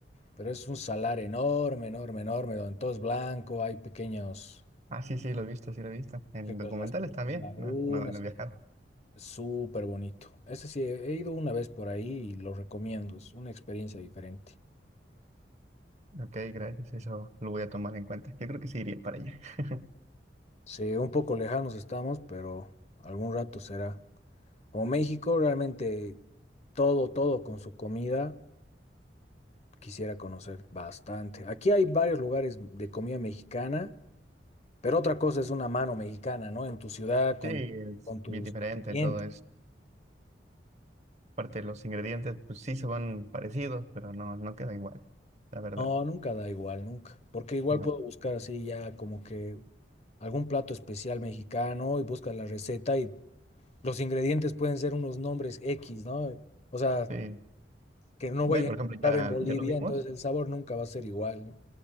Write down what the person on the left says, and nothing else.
Pero es un salar enorme, enorme, enorme, donde todo es blanco, hay pequeños,
por ejemplo,
las pequeñas
lagunas,
y es súper bonito. Ese sí, he ido una vez por ahí y lo recomiendo, es una experiencia diferente.
Sí, un poco lejanos estamos, pero algún rato será. Como México, realmente todo, todo con su comida, quisiera conocer bastante. Aquí hay varios lugares de comida mexicana, pero otra cosa es una mano mexicana, ¿no? En tu ciudad, con,
con tus
clientes.
No, nunca da igual, nunca. Porque igual
puedo buscar así ya como que algún plato especial mexicano y buscas la receta y los ingredientes pueden ser unos nombres X, ¿no? O sea,
que no
voy
a encontrar
en Bolivia,
entonces el sabor nunca va a ser igual, ¿no?